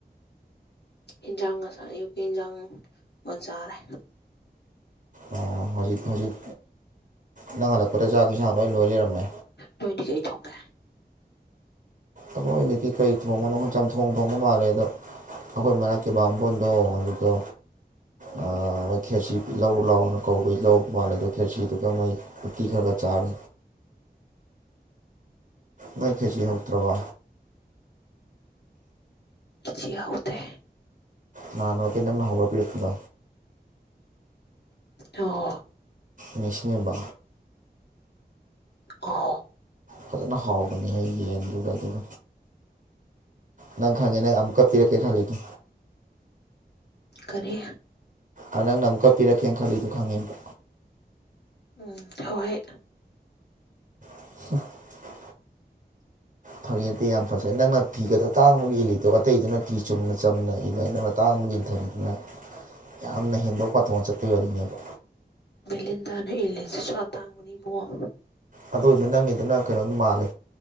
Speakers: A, on the left; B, on the right.
A: ꯏꯟꯖꯥꯡ ꯉꯥꯁꯥꯏ ꯑꯌꯨꯛꯀꯤ ꯏꯟꯖꯥꯡ ꯉꯥ ꯆꯥꯔꯦ
B: ꯑꯣ ꯍꯧꯖꯤꯛ ꯍꯧꯖꯤꯛ ꯅꯪ ꯍꯜꯂꯛꯄꯗ ꯆꯥꯛ ꯏꯟꯁꯥꯡ ꯂꯣꯏ ꯂꯣꯏ ꯂꯩꯔꯝꯃꯦ
A: ꯅꯣꯏꯗꯤ ꯀꯩ ꯊꯣꯡꯉꯦ
B: ꯑꯈꯣꯏꯒꯤꯗꯤ ꯀꯩ ꯊꯣꯡꯕꯅꯣ ꯈꯪ ꯆꯝꯊꯣꯡ ꯊꯣꯡꯕ ꯃꯥꯜꯂꯦ ꯑꯗꯣ ꯑꯈꯣꯏ ꯃꯅꯥꯛꯀꯤ ꯕꯥꯝꯕꯣꯟꯗꯣ ꯑꯗꯨꯗꯣ ꯑꯥ ꯃꯣꯏ ꯈꯦꯆꯤ ꯂꯧ ꯂꯥꯎꯅ ꯀꯧꯕꯩ ꯂꯧ ꯃꯥꯜꯂꯤꯗꯣ ꯈꯦꯔꯆꯤꯗꯨꯒ ꯃꯣꯏ ꯎꯇꯤ ꯈꯔꯒ ꯆꯥꯔꯦ ꯅꯣꯢ ꯈꯦꯆꯤ ꯍꯥꯎꯇ꯭ꯔꯕꯥ꯫
A: ꯈꯦꯆꯤ ꯍꯥꯎꯇꯦ
B: ꯅꯍꯥꯟꯃꯨꯛꯀꯤ ꯅꯪꯅ ꯍꯧꯔ ꯄꯤꯔꯛꯄꯗꯣ
A: ꯑꯣ
B: ꯅꯤꯁꯤꯡꯉꯤꯕꯣ
A: ꯑꯣ
B: ꯐꯖꯅ ꯍꯥꯎꯕꯅꯤꯍꯦ ꯌꯦꯟꯗꯨꯒ ꯑꯗꯨꯝ ꯅꯪ ꯈꯪꯉꯦ ꯅꯪ ꯑꯃꯨꯛꯀ ꯄꯤꯔꯛꯀꯦ ꯈꯜꯂꯤꯗꯣ
A: ꯀꯔꯤ
B: ꯑ ꯅꯪꯅ ꯑꯃꯨꯛꯀ ꯄꯤꯔꯛꯀꯦꯅꯥ ꯈꯜꯂꯤꯗꯣ ꯈꯪꯉꯦ
A: ꯎꯝ ꯍꯣ ꯍꯦ
B: <inaudible> ꯐꯒꯤ ꯅꯠꯇꯦ ꯌꯥꯝ ꯐꯖꯩ ꯅꯪꯅ ꯐꯤꯒꯗꯣ ꯇꯥꯡꯕꯒ ꯏꯜꯂꯤꯗꯣ ꯑꯇꯩꯗꯨꯅ ꯐꯤ ꯆꯨꯝꯅ ꯆꯝꯅ ꯏꯜꯂ ꯅꯪꯅ ꯇꯥꯡꯕꯒꯤ <unintelligible> ꯅ ꯌꯥꯝꯅ ꯍꯦꯟꯗꯣꯛ ꯄꯥꯊꯣꯛꯅ ꯆꯠꯄꯒꯤ ꯋꯥꯔꯤꯅꯦꯕꯥ
A: ꯚꯦꯂꯤꯟꯗꯥꯅ ꯏꯜꯂꯤꯁꯤꯁꯨ ꯑꯇꯥꯡꯕꯅꯤ ꯏꯕꯨꯉꯣ꯫
B: ꯑꯗꯨ ꯑꯣꯏꯁꯨ ꯅꯪꯒꯤꯗꯨꯅ ꯀꯩꯅꯣꯝ ꯃꯥꯜꯂꯦ